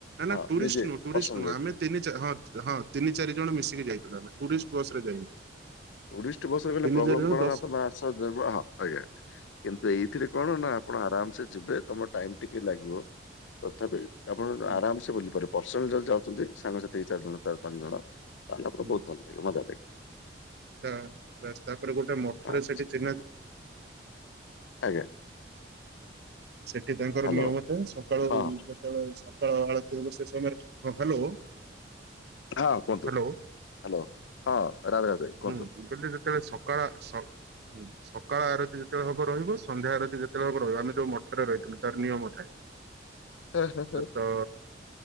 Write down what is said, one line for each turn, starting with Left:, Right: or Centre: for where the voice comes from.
Left: ହଁ
Right: ନା ଟୁରିଷ୍ଟ
Left: ନିଜେ
Right: ନୁହଁ। ଟୁରିଷ୍ଟ
Left: ପର୍ସନାଲ
Right: ନୁହଁ।
Left: ଯାଇଥିଲେ।
Right: ଆମେ ତିନି ହଁ ହଁ। ତିନି ଚାରି ଜଣ ମିଶିକି ଯାଇଥିଲୁ ଆମେ। ଟୁରିଷ୍ଟ ବସରେ ଯାଇନୁ।
Left: ଟୁରିଷ୍ଟ ବସ୍ ରେ ଗଲେ
Right: ତିନି
Left: ପ୍ରବ୍ଲେମ
Right: ଚାରି ଜଣ
Left: କଣ
Right: ଦଶ
Left: ହବ ନା। ତମେ ଆଶ ଜୀବ ହଁ ଆଜ୍ଞା। କିନ୍ତୁ ଏଇଥିରେ କଣ? ନା ଆପଣ ଆରାମ ସେ ଯିବେ ତମ ଟାଇମ୍ ଟିକେ ଲାଗିବ ତଥାପି ଆପଣ
Right: ହୁଁ
Left: ଆରାମସେ ବୁଲିପାରିବେ। ପର୍ସନାଲ ଯଦି ଯାଉଛନ୍ତି ସାଙ୍ଗ ସାଥି ଚାରି ଜଣ ଚାରି ପାଞ୍ଚ ଜଣ ତା
Right: ହୁଁ
Left: <unintelligible>
Right: ତା ବାସ୍ ତାପରେ ଗୋଟେ ମଠରେ
Left: ଆଚ୍ଛା
Right: ସେଠି ଚିହ୍ନା
Left: ଆଜ୍ଞା।
Right: ସେଠି ତାଙ୍କର
Left: ହ୍ୟାଲୋ
Right: ନିୟମଥାଏ ସକାଳୁ
Left: ହଁ
Right: ଯେତେବେଳେ ସକାଳ ଆଳତି ହବ ସେ ସମୟରେ ହ୍ୟାଲୋ।
Left: ହଁ କୁହନ୍ତୁ
Right: ହ୍ୟାଲୋ
Left: ହ୍ୟାଲୋ ହଁ ରାଧେ ରାଧେ କୁହନ୍ତୁ
Right: ହୁଁ ମୁ କହିଲି ଯେତେବଳେ ସ ସକାଳ ସକାଳ ଆରତି ଯେତେବେଳେ ହବ ରହିବ ସନ୍ଧ୍ୟା ଆରତି ଯେତେବେଳେ ହେବ ରହିବ ଆମେ ଯୋଉ ମ ଠ ରେ ରହିଥିଲୁ ତାର ନିୟମ ଥାଏ
Left: ହେ ହେ ହେ
Right: ସେତ